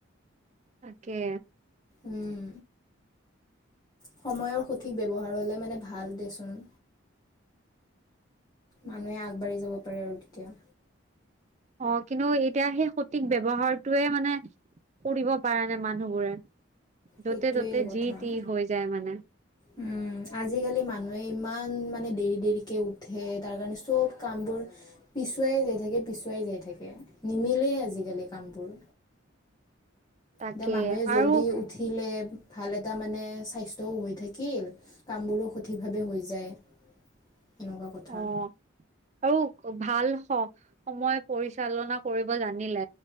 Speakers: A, on the right; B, on the left.
A: তাকে।
B: উম সময়ৰ সঠিক ব্যৱহাৰ হ'লে মানে ভাল দেচোন। মানুহে আগবাঢ়ি যাব পাৰে আৰু তেতিয়া।
A: অ' কিন্তু এতিয়া সেই সঠিক ব্যৱহাৰটোৱে মানে কৰিব পাৰা নাই মানুহবোৰে য'তে-ত'তে
B: সেইটোৱেই কথা
A: যি তি হৈ যায় মানে। <unintelligible>
B: উম, আজিকালি মানুহে ইমান মানে দেৰি দেৰিকে উঠে, তাৰ কাৰণে চব কামবোৰ পিছুৱাই যাই থাকে পিছুৱাই যাই থাকে নিমিলেই আজিকালি কামবোৰ।
A: <unintelligible> তাকে
B: এতিয়া মানুহে জলদি
A: আৰু
B: উঠিলে। ভাল এটা মানে স্বাস্থ্যও হৈ থাকিল কামবোৰো সঠিক ভাৱে হৈ যায়। তেনকা কথা।
A: অ আৰু ভাল সময় পৰিচালনা কৰিব জানিলে